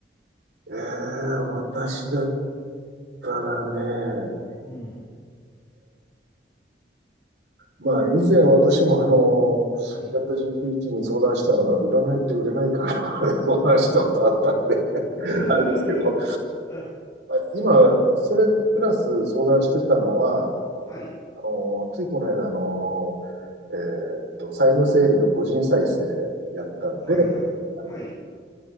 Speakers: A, on the right (about 80°); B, on the left (about 20°).
A: えー、私だったらね、
B: うん。
A: まあ、以前私もあの、
B: うん。
A: チャット GPT に相談したのが、占いって売れないから <laughs> 相談したことあったんで <laughs> あ
B: <laughs>
A: れですけど、
B: あ
A: あ今、それプラス相談してたのは、
B: はい。
A: あの、ついこの間、あの、えーっと、債務整理の個人再生やったんで、
B: はい、はい。
A: あの
B: はい。